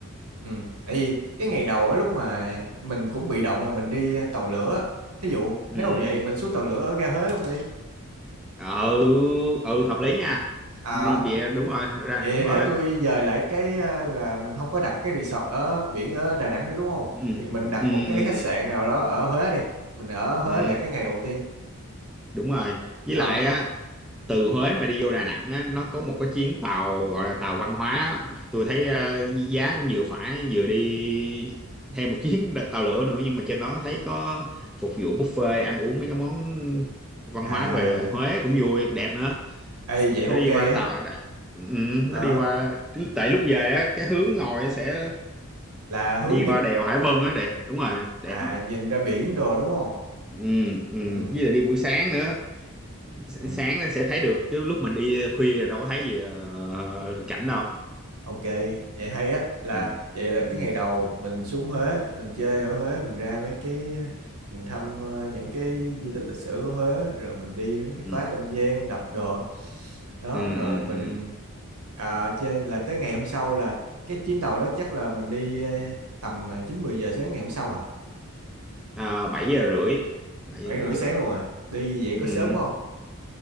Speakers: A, on the right; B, in the centre.
A: ừ. Tại vì cái ngày đầu á, lúc mà mình cũng bị động là mình đi tàu lửa. Thí dụ
B: ừ.
A: nếu mà vậy mình xuống tàu lửa ở ga Huế luôn đi.
B: ừ ừ hợp lý nha
A: À,
B: đi bịa đúng rồi ra
A: Vậy
B: đúng
A: để
B: rồi
A: tôi dời lại cái ờ, là mình không có đặt cái resort ở biển ở Đà Nẵng nữa đúng không?
B: ừ,
A: Thì mình đặt
B: ừ,
A: một cái
B: ừ,
A: khách
B: ừ,
A: sạn nào đó ở Huế đi. Mình ở Huế
B: ừ,
A: lại cái ngày đầu tiên.
B: đúng rồi với
A: Đó.
B: lại á từ Huế mà đi vô Đà Nẵng á nó có một cái chuyến tàu gọi là tàu văn hóa á. tôi thấy ờ, giá cũng vừa phải vừa đi thêm một chuyến đ- tàu lửa nữa nhưng mà trên đó thấy có phục vụ buffet ăn uống mấy cái món văn
A: À,
B: hóa về Huế cũng vui đẹp nữa
A: ê vậy
B: nó
A: ok
B: đi qua tàu
A: á.
B: ừ,
A: Ờ,
B: nó đi qua tại lúc về á cái hướng ngồi sẽ
A: là hướng
B: đi
A: nhìn
B: qua đèo Hải Vân á đẹp đúng rồi đẹp
A: à
B: lắm
A: nhìn ra biển đồ đúng không?
B: ừ, ừ.
A: Ừ.
B: với lại đi buổi sáng nữa S-
A: Ừ.
B: sáng nó sẽ thấy được chứ lúc mình đi khuya là đâu có thấy gì ờ, cảnh đâu
A: Ok, vậy hay á là
B: ừ.
A: vậy là
B: Ừ.
A: cái
B: Ừ.
A: ngày đầu mình xuống Huế, mình chơi ở Huế, mình ra mấy cái mình thăm ờ, những cái di tích lịch sử ở Huế, rồi mình đi mấy cái
B: Ừ.
A: phá Tam Giang, đập đồ. Đó,
B: Ừ.
A: rồi
B: ừ.
A: mình
B: ừ.
A: à, chơi là tới ngày hôm sau là cái chuyến tàu đó chắc là mình đi ờ, tầm ờ, 9 10 giờ sáng ngày hôm sau hả?
B: À, 7 giờ rưỡi 7 giờ
A: 7 rưỡi
B: rưỡi
A: sáng luôn à. Đi vậy
B: ừ.
A: có sớm không?